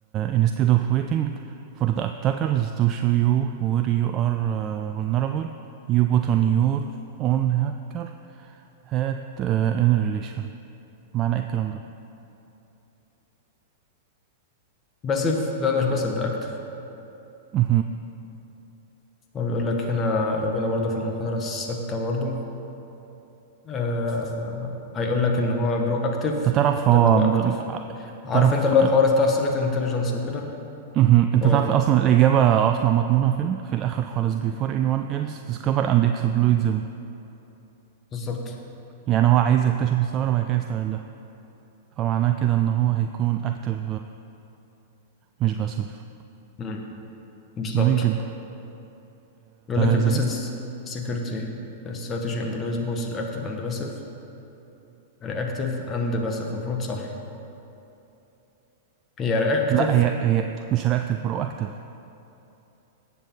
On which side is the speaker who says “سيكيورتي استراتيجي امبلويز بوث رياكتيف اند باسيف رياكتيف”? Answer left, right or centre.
Left